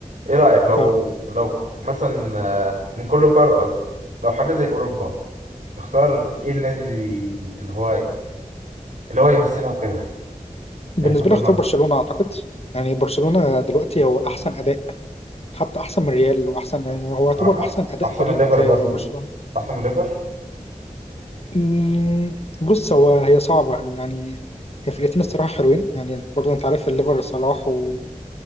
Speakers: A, on the right; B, on the left.
A: ايه رأيك لو
B: اه
A: لو مثلا آه، من كل قارة قصدي لو حاجة زي أوروبا تختار ايه النادي اللي اللي هو اللي هو يمثلها وكده
B: بالنسبه
A: يعني في وجهة
B: لي اختار
A: نظري
B: برشلونه اعتقد يعني برشلونه دلوقتي هو احسن اداء حتى احسن من ريال واحسن يعني هو يعتبر
A: أح-
B: احسن اداء
A: أحسن
B: فريق
A: من ليفر
B: آه،
A: برضو
B: برشلونه
A: أحسن من ليفر
B: مم، بص هو هي صعبة يعني هي فرقتين الصراحة حلوين يعني انت برضه انت عارف الليفر صلاح و...